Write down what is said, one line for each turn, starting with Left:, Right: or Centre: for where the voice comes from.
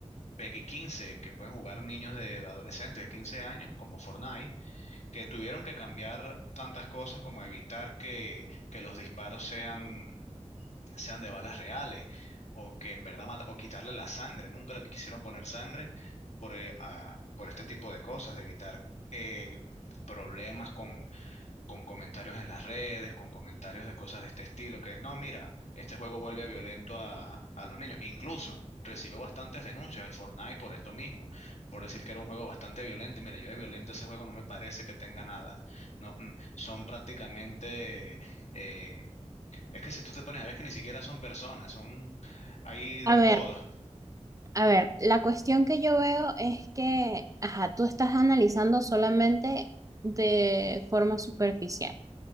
Left: PEGI 15 que pueden jugar niños de adolescentes de 15 años, como Fortnite, que tuvieron que cambiar tantas cosas como evitar que, que los disparos sean, sean de balas reales o que en verdad mata- o quitarle la sangre. Nunca le quisieron poner sangre por, eh, a- por este tipo de cosas, de evitar eh, problemas con, con comentarios en las redes, con comentarios de cosas de este estilo, que no, mira, este juego vuelve violento a, a los niños. Incluso recibió bastantes denuncias el Fortnite por esto mismo, por decir que era un juego bastante violento. Y mira, yo de violento ese juego no me parece que tenga nada. No, mm, son prácticamente, eh, es que si tú te pones a ver es que ni siquiera son personas, son ahí de
Right: A
Left: todo.
Right: ver, a ver, la cuestión que yo veo es que, ajá, tú estás analizando solamente de forma superficial,